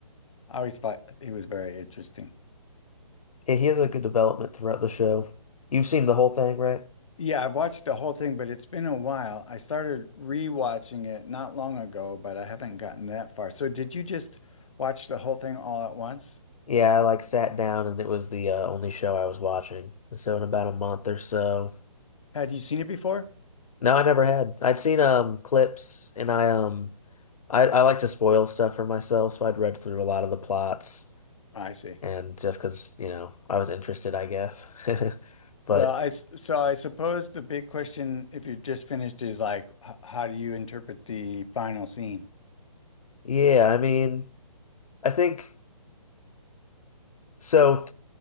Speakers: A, on the left (about 60°); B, on the left (about 75°).
A: I always thought he was very interesting.
B: Yeah, he has a good development throughout the show. You've seen the whole thing, right?
A: Yeah, I've watched the whole thing, but it's been a while. I started rewatching it not long ago, but I haven't gotten that far. So did you just watch the whole thing all at once?
B: Yeah, I like sat down and it was the uh, only show I was watching. So in about a month or so.
A: Had you seen it before?
B: No, I never had. I'd seen um clips and I um I, I like to spoil stuff for myself, so I'd read through a lot of the plots
A: I see.
B: and just 'cause, you know, I was interested, I guess. <laughs> But
A: Well, I s- so I suppose the big question, if you just finished, is like, h- how do you interpret the final scene?
B: yeah, I mean, I think So,